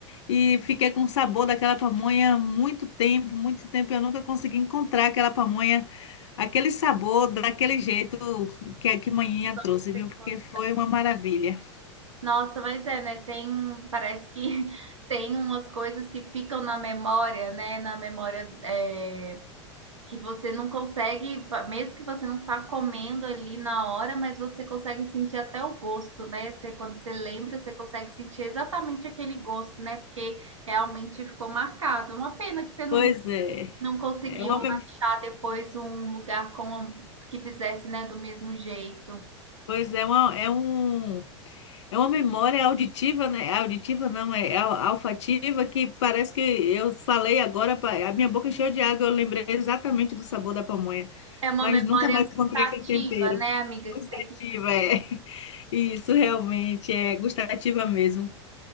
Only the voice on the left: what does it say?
e fiquei com o sabor daquela pamonha muito tempo, muito tempo. Eu nunca consegui encontrar aquela pamonha, aquele sabor, daquele jeito que a que manhinha
trouxe, viu? Porque foi uma maravilha.
Pois é,
é uma, mem-
pois é, uma, é um é uma memória auditiva, né? É Auditiva não, é al- olfativa que parece que eu falei agora, pa- a minha boca encheu de água, eu lembrei exatamente do sabor da pamonha,
mas
nunca mais
encontrei aquele tempero.
Gustativa,
é. <laughs> Isso realmente é gustativa mesmo.